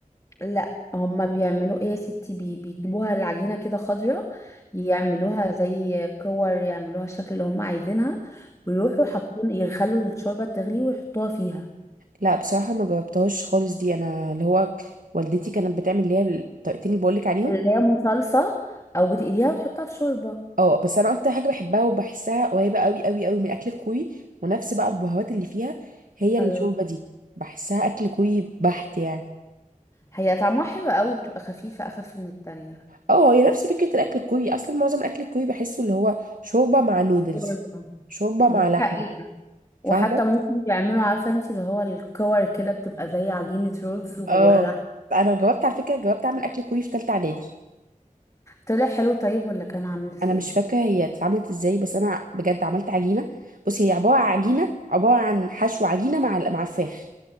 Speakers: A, on the left; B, on the right.
A: لا هما بيعملوا ايه يا ستي بي بيجيبوها العجينة كده خضرة يعملوها زي كور يعملوها الشكل اللي هما عايزينها ويروحوا حاطين يخلوا الشوربة تغلي ويحطوها فيها
B: لا بصراحة ما جربتهاش خالص دي انا اللي هو والدتي كانت بتعمل اللي هي الطريقتين اللي بقولك عليهم
A: اللي هي صلصة او بتقليها وتحطها في شوربة
B: اه بس انا اكتر حاجة بحبها وبحسها قريبة قوي قوي قوي من الاكل الكوري ونفس بقى البهارات اللي فيها هي
A: ايوه
B: الشوربة دي بحسها اكل كوري بحت يعني
A: هي طعمها حلو قوي بتبقى خفيفة أخف من التانية
B: اه هي نفس فكرة الاكل الكوري اصلا معظم الاكل الكوري بحسه اللي هو شوربة مع نودلز
A: برضه.
B: شوربة
A: دي
B: مع لحمة
A: حقيقة وحتى
B: فاهمة
A: ممكن بيعملوا عارفة انتي اللي هو الكور كده بتبقى زي عجينة رز وجواها
B: اه
A: لحم
B: انا جربت على فكرة جربت اعمل اكل كوري في تالتة اعدادي
A: طلع حلو طيب ولا كان عامل ازاي؟
B: انا مش فاكره هي اتعملت ازاي بس انا بجد عملت عجينه بصي هي عباره عن عجينه عباره عن حشو عجينه مع مع فراخ